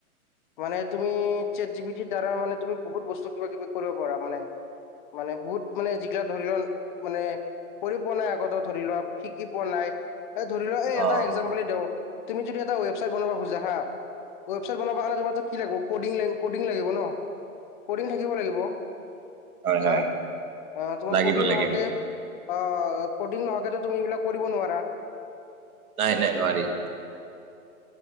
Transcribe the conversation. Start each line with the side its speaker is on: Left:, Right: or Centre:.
Left: মানে তুমি চেট জি পি টিৰ দ্বাৰা মানে তুমি বহুত বস্তু কিবা কিবি কৰিব পাৰা মানে। মানে বহুত মানে যিগিলা ধৰি ল মানে। কৰি পোৱা নাই আগতে ধৰি লোৱা শিকি পোৱা নাই। এই ধৰি ল এই
Right: অ
Left: এটা একজাম্পলি দেওঁ তুমি যদি এটা ৱেবচাইট বনাব খোজা হা ৱেবচাইট বনাব তোমাৰ তাত কি লাগিব কডিং লাগিব কডিং লাগিব ন। কডিং থাকিব লাগিব
Right: হয় হয়
Left: হা আ তোমাৰ
Right: লাগিব
Left: কডিং
Right: লাগিব
Left: নহোৱাকে অ কডিং নহৱাকে তো তুমি এইবিলাক কৰিব নোৱাৰা।
Right: নাই নাই নোৱাৰি।